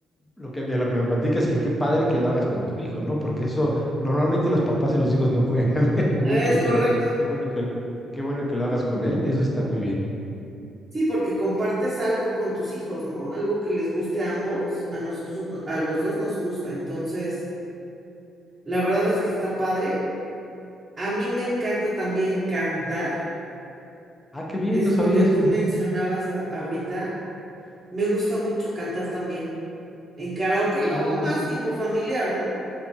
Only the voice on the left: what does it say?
lo que, de lo que me platicas, que qué padre que lo hagas con tu hijo, ¿no? Porque eso, normalmente los papás y los hijos no juegan <laughs> mucho,
pero qué bueno que, qué bueno que lo hagas con él, eso está muy bien.
Ah, qué bien,
no sabía
eso.
Oye,
y-